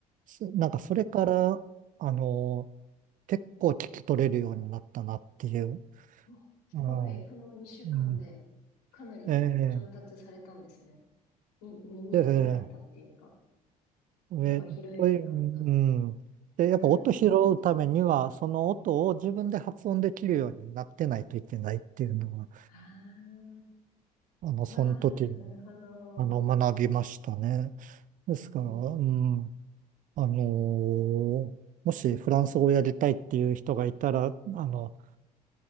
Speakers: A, on the right (about 40°); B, on the left (about 70°).
A: すなんかそれから、
B: う
A: あの、結構聞き取れるようになったなっていう。
B: ん、お、すごい。
A: うん。うん
B: その2週間で、かなり上達されたんですね。
A: ええ
B: み、耳が慣れたっていうか、
A: で
B: 音が拾えるようになった。
A: えー、という、うん。
B: う
A: で、
B: ーん、
A: やっぱ音拾うためには、その音を自分で発音できるようになってないといけないっていうのが、
B: あ
A: あの、その時、
B: あ、わあ、なるほど。
A: あの、学びましたね。ですから、
B: うんうんうん
A: うん、あのーもしフランス語をやりたいっていう人がいたら、あの、